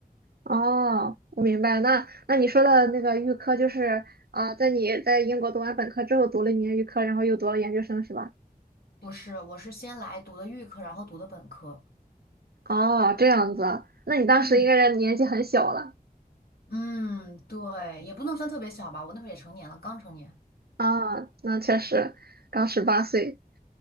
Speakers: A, on the right (about 85°); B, on the left (about 80°).
A: 哦，我明白。那那你说的那个预科就是啊，在你在英国读完本科之后读了一年预科，然后又读了研究生是吧？
B: 不是，我是先来读的预科，然后读的本科。
A: 哦，这样子啊。那你当时应该是年纪很小了
B: 嗯。嗯，对，也不能算特别小吧，我那会儿也成年了，刚成年。
A: 啊，那确实刚十八岁。